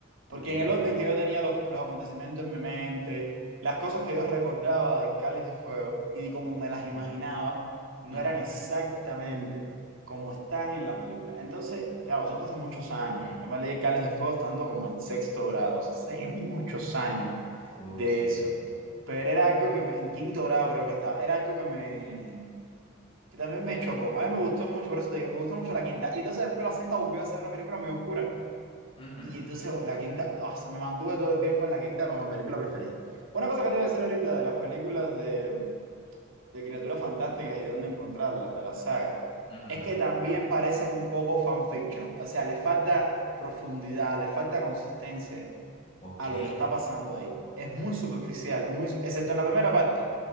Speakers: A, on the right (about 80°); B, on the left (about 25°).
A: porque
B: Ok.
A: en el orden que yo tenía los, los acontecimientos en mi mente, las cosas que yo recordaba de Cáliz de Fuego y como me las
B: ujú,
A: imaginaba, no
B: ujú,
A: eran exactamente como están en la película. Entonces, claro, eso fue hace muchos años. Yo me leí el Cáliz de Fuego estando como en sexto grado, o sea, hace muchos años
B: Oh,
A: de
B: sí.
A: eso. Pero era algo que me, en quinto grado creo que estaba, era algo que me, que también me chocó. A mí me gustó mucho, por eso te digo, me gustó mucho la quinta. Y entonces después la sexta volvió a ser una película muy oscura.
B: Ujú,
A: Y entonces la quinta, ah, se me mantuve todo el tiempo en la quinta como mi película preferida. Una cosa que te iba a decir ahorita de las películas de, de criaturas fantásticas y dónde encontrarlas, de la saga,
B: ujú,
A: es que
B: ujú,
A: también parecen un poco fanfiction. O sea, le falta profundidad, le falta consistencia
B: Ok.
A: a lo que está pasando ahí. Es muy superficial, muy, su- excepto en la primera parte.